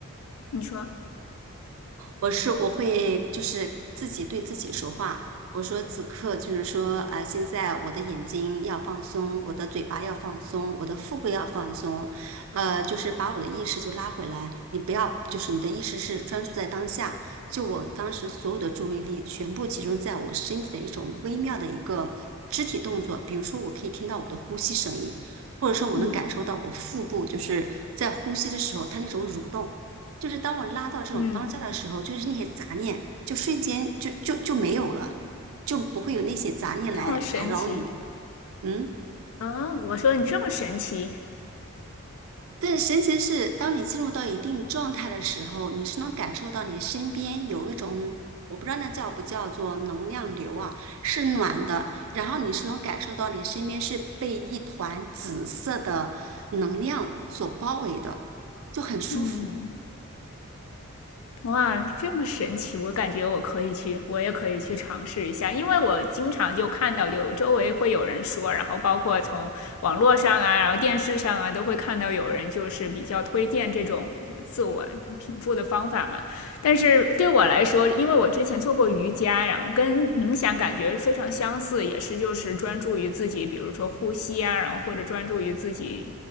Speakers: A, on the left; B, on the right.
A: 你说，
B: 我是我会就是自己对自己说话，我说此刻就是说，啊，现在我的眼睛要放松，我的嘴巴要放松，我的腹部要放松，呃，就是把我的意识就拉回来，你不要就是你的意识是专注在当下，就我当时所有的注意力全部集中在我身体的一种微妙的一个肢体动作，比如说我可以听到我的呼吸声音。或者说我能感受到我腹部就是在呼吸的时候，
A: 嗯
B: 它那种蠕动，就是当我拉到这种当下的时候，
A: 嗯，
B: 就是那些杂念就瞬间就就就没有了，就不会有那些杂念来打扰你。
A: 这么神奇
B: 嗯，
A: 啊！我说你这么神奇，
B: 但是神奇的是，当你进入到一定状态的时候，你是能感受到你身边有一种。我不知道那叫不叫做能量流啊，是暖的，然后你是能感受到你身边是被一团紫色的能量所包围的，就很舒服。
A: 嗯。哇，这么神奇！我感觉我可以去，我也可以去尝试一下，因为我经常就看到，就周围会有人说，然后包括从网络上啊，然后电视上啊，都会看到有人就是比较推荐这种有自我平复的方法嘛。但是对我来说，因为我之前做过瑜伽，然后跟冥想感觉非常相似，也是就是专注于自己，比如说呼吸啊，然后或者专注于自己，